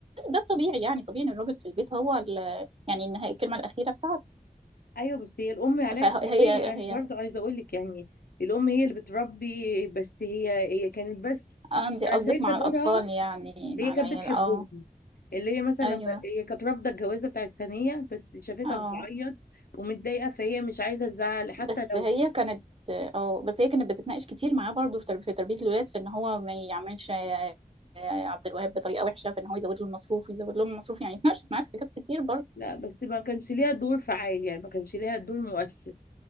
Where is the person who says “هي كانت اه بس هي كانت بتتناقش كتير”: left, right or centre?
Right